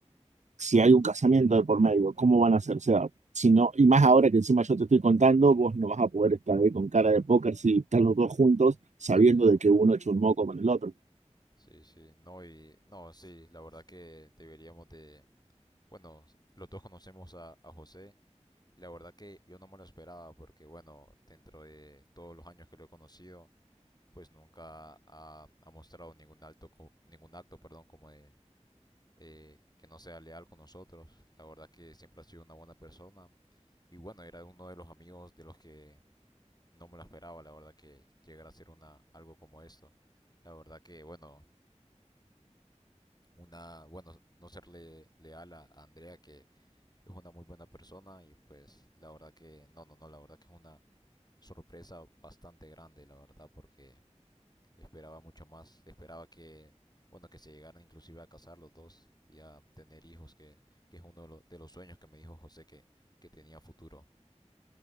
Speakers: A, on the right; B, on the left.
A: si hay un casamiento de por medio, ¿cómo van a hacerse? dar? Si no, y más ahora que encima yo te estoy contando, vos no vas a poder estar ahí con cara de póker si están los dos juntos sabiendo
B: sí,
A: de que uno chusmó con el otro.
B: sí, sí. No, y, no, sí, la verdad que deberíamos de, bueno, los dos conocemos a, a José La verdad que yo no me lo esperaba porque, bueno, dentro de todos los años que lo he conocido, pues nunca ha, ha mostrado ningún alto, co- ningún acto, perdón, como de eh, que no sea leal con nosotros. La verdad que siempre ha sido una buena persona. Y bueno, era uno de los amigos de los que no me lo esperaba, la verdad que llegara a ser una, algo como esto. La verdad que, bueno, una, bueno, no serle leal a a Andrea, que es una muy buena persona y pues la verdad que, no, no, no, la verdad que es una sorpresa bastante grande, la verdad, porque esperaba mucho más. Esperaba que, bueno, que se llegaran inclusive a casar los dos y a tener hijos, que, que es uno de, lo- de los sueños que me dijo José que, que tenía futuro.